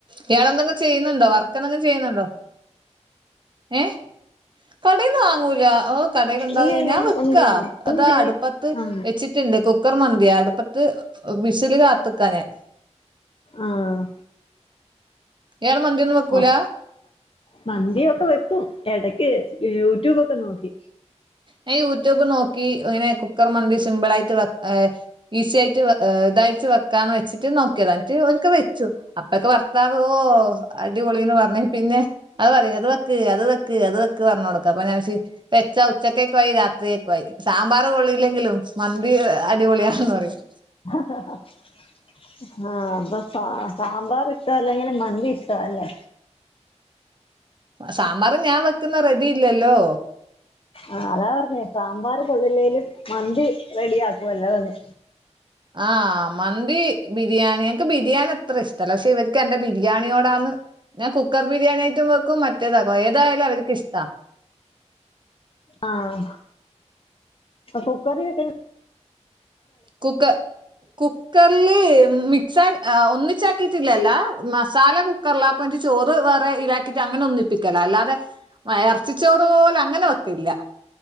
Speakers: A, on the right; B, on the left.
A: ഇയാളെന്തെങ്കിലും ചെയ്യുന്നുണ്ടോ വർക്ക് എന്തെങ്കിലും ചെയ്യുന്നുണ്ടോ ഏഹ് കടേന്ന് വാങ്ങൂല ഓ കടേൽണ്ടാവ
B: ഇല്ല ഇല്ല
A: ഞാൻ വെക്കാ
B: ഒന്നും ചെയ്യുന്നില്ല
A: അതാ അടുപ്പത്ത്
B: ആ
A: വെച്ചിട്ട് ണ്ട് കുക്കർ മന്തിയാ അടുപ്പത്ത് വിസില് കാത്ത്ക്കാ ഞാൻ
B: ആഹ്
A: ഇയാള് മന്തി ഒന്നും വെക്കൂല
B: അപ്പൊ മന്തിയൊക്കെ വെക്കും ഇടക്ക് യൂട്യൂബൊക്കെ നോക്കി
A: ഞാൻ യൂട്യൂബ് നോക്കി ഇങ്ങനെ കുക്കർ മന്തി സിമ്പിൾ ആയിട്ട് വെക്ക ഈസി ആയി ഇതായിട്ടു വെക്കാൻ വെച്ചിട്ട് നോക്കിയത ഇന്നട്ട് ഒരിക്കൽ വെച്ചു അപ്പക്കെ ഭർത്താവ് ഓ അ അടിപൊളിന്ന് പറഞ്ഞ് പിന്നെ അത് പറയും അത് വെക്ക് അത് വെക്ക് അത് വെ പറഞ്ഞുകൊടുക്കും അപ്പോ ഞാൻ വിചാരിച്ച് വെച്ച് ഉച്ചക്കൊക്ക ആയി രാത്രിയെക്ക ആയി സാമ്പാർ കൊളിയില്ലെങ്കിലും മന്തി അടിപൊളിയാണെന്ന് പറയും
B: ഹ ഹ ആഹ് <unintelligible> ആ സാമ്പാർ ഇഷ്ടമല്ലെങ്കിലും മന്തി ഇഷ്ടമ അല്ലേ
A: സാമ്പാർ ഞാൻ വെക്കുന്ന റെഡിയില്ലല്ലോ
B: ആ അതാ പറഞ്ഞെ സാമ്പാറ് കൊള്ളില്ലേലും മന്തി റെഡിയാക്കുവല്ലോ എന്ന്.
A: ആ മന്തി ബിരിയാണി എനിക്ക് ബിരിയാണി അത്ര ഇഷ്ടല്ല പക്ഷെ ഇവർക്ക് എൻ്റെ ബിരിയാണിയോടാന്ന് ഞാൻ കുക്കർ ബിരിയാണി ആയിട്ടും വെക്കും മറ്റേതാക്കോ ഏതായാലും അരിക്കിഷ്ട
B: ആഹ് കുക്കർക്ക <unintelligible>
A: കുക്ക കുക്കർല് മിക്സ് ആഡ് ഒന്നി <unintelligible> മസാല കുക്കറിലാക്കും ചോറ് വേറെ ഈലാക്കിയിട്ട് അങ്ങനെ ഒന്നിപ്പിക്കല അല്ലാതെ <unintelligible> ഇറച്ചിച്ചോറ് പോലെ അങ്ങനെ വെക്കലില്ല